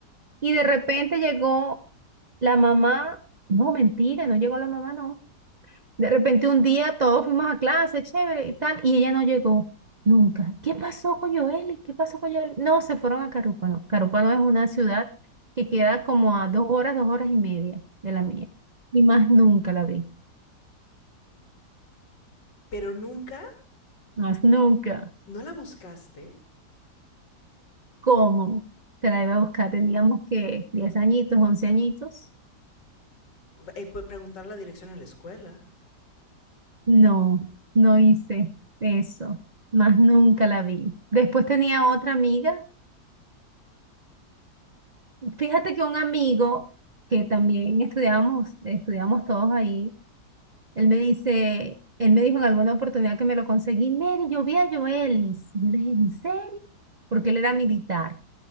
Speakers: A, on the right; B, on the left.
A: Y de repente llegó la mamá, no, mentira, no llegó la mamá, no. De repente un día todos fuimos a clase, chévere y tal, y ella no llegó nunca. ¿Qué pasó con Joeli? ¿Qué pasó con Joeli? No, se fueron a Carúpano. Carúpano es una ciudad que queda como a dos horas, dos horas y media de la mía. Y más nunca la vi,
B: Pero nunca,
A: más nunca.
B: ¿no la buscaste?
A: ¿Cómo? Te la iba a buscar. Teníamos que 10 añitos, 11 añitos.
B: Eh, pues, preguntar la dirección en la escuela.
A: No, no hice eso. Más nunca la vi. Después tenía otra amiga. Fíjate que un amigo que también estudiábamos, estudiamos todos ahí, él me dice, él me dijo en alguna oportunidad que me lo conseguí, Mary, yo vi a Joelis. Y Yo le dije, ¿en serio? Porque él era militar.